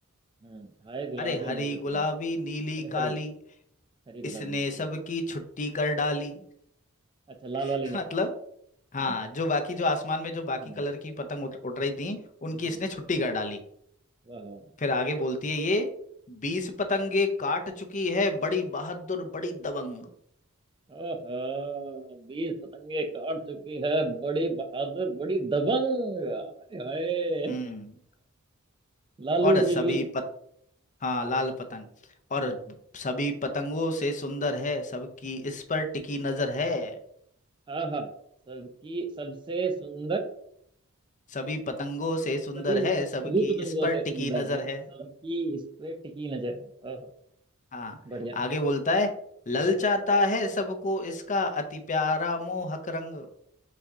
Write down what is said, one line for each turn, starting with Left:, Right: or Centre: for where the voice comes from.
Right: हम्म हाय गुलाबी
Left: अरे हरी
Right: नीली काली
Left: गुलाबी नीली
Right: अच्छा
Left: काली
Right: हरी हरी
Left: इसने
Right: गुलाबी नीली
Left: सबकी
Right: काली
Left: छुट्टी कर डाली
Right: अच्छा लाल
Left: <laughs>
Right: वाली ने
Left: मतलब हाँ
Right: है ना
Left: जो बाकी जो आसमान में जो बाकी
Right: हम्म
Left: कलर की पतंग उड़ उड़ रही थी
Right: हम्म,
Left: उनकी इसने छुट्टी कर डाली
Right: वाह वाह वाह।
Left: फिर आगे बोलती है ये बीस पतंगे काट चुकी है बड़ी बहादुर बड़ी दबंग
Right: ओहो बीस पतंगे काट चुकी है बड़ी बहादुर बड़ी दबंग हाय हाय
Left: हम्म
Right: लालू
Left: और सभी
Right: जी की
Left: पत हाँ लाल पतंग और ब- सभी पतंगों से सुंदर है सबकी इस पर टिकी नजर है
Right: आहा सबकी सबसे सुंदर
Left: सभी पतंगों से
Right: सभी
Left: सुंदर है सबकी
Right: सभी पतंगों
Left: इस पर
Right: से
Left: टिकी
Right: सुंदर
Left: नजर
Right: है सबकी
Left: है
Right: इस पे टिकी नजर है ओहो
Left: हाँ
Right: बढ़िया
Left: आगे बोलता है ललचाता है सबको इसका अति प्यारा मोहक रंग